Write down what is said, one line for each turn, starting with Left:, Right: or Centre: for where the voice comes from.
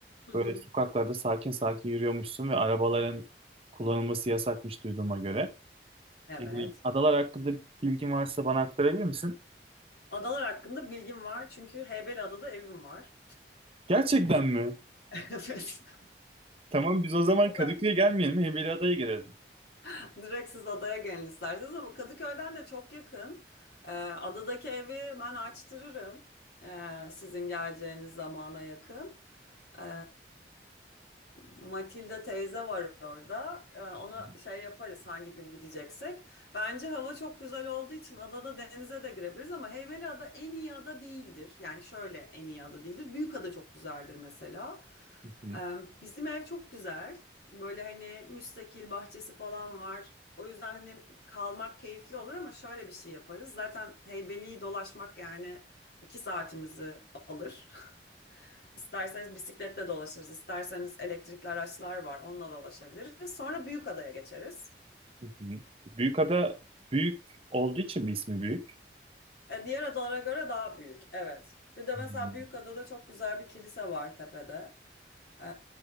Left: hı
Right: Böyle
Left: hı.
Right: sokaklarda sakin sakin yürüyormuşsun ve arabaların kullanılması yasakmış duyduğuma göre.
Left: Evet.
Right: Yani adalar hakkında bilgin varsa bana aktarabilir misin?
Left: Adalar hakkında bilgim var çünkü Heybeliada'da evim var.
Right: Gerçekten mi?
Left: <laughs>
Right: Tamam biz o zaman Kadıköy'e
Left: Evet.
Right: gelmeyelim. Heybeliada'ya gelelim.
Left: <laughs> Direkt siz adaya gelin isterseniz ama Kadıköy'den de çok yakın. Ee, adadaki evi ben açtırırım. Ee, sizin geleceğiniz zamana yakın. Eee Matilda teyze var orada. Eee, ona
Right: Hı
Left: şey yaparız hangi gün gideceksek. Bence hava çok güzel olduğu için adada denize de girebiliriz ama Heybeliada en iyi ada değildir. Yani şöyle en iyi ada değildir. Büyükada çok güzeldir mesela.
Right: hı,
Left: Eee, bizim ev çok güzel. Böyle hani müstakil bahçesi falan var. O yüzden hani kalmak keyifli olur ama şöyle bir şey yaparız. Zaten Heybeli'yi dolaşmak yani iki saatimizi alır. İsterseniz bisikletle dolaşırız, isterseniz elektrikli araçlar var, onunla dolaşabiliriz. Sonra büyük adaya geçeriz.
Right: hı hı. Büyükada büyük olduğu için mi ismi büyük?
Left: E, diğer adalara göre daha büyük, evet. Bir de mesela
Right: Hmm.
Left: büyük adada çok güzel bir kilise var tepede. Ee,